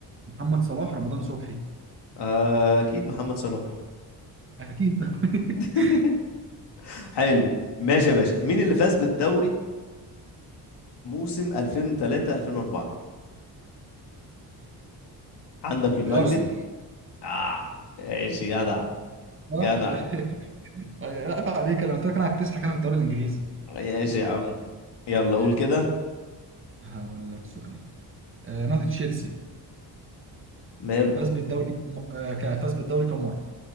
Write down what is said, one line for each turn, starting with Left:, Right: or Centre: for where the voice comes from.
Right: محمد صلاح رمضان صبحي
Left: آه، أكيد محمد صلاح
Right: اكيد <laughs>
Left: <laughs> حلو ماشي يا باشا مين اللي فاز بالدوري موسم 2003 2004 عندك يونايتد
Right: الارسنال
Left: آه ماشي جدع
Right: آه،
Left: جدع
Right: <laughs> آه، عيب عليك انا قلت لك انا هكتسحك انا في الدوري الانجليزي
Left: ماشي يا عم يلا قول
Right: آه.
Left: كده
Right: هقول لك سؤال آه نادي تشيلسي
Left: ماله
Right: فاز بالدوري م- آه ك- فاز بالدوري كم مرة؟